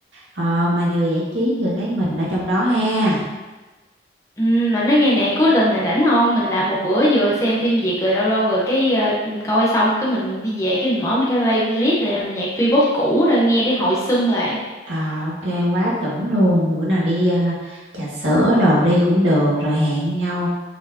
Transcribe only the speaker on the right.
Ờ, mà vừa giải trí vừa thấy mình ở trong đó ha
Ờ, ok quá chuẩn luôn bữa nào đi à, trà sữa đồ đi cũng được rồi hẹn nhau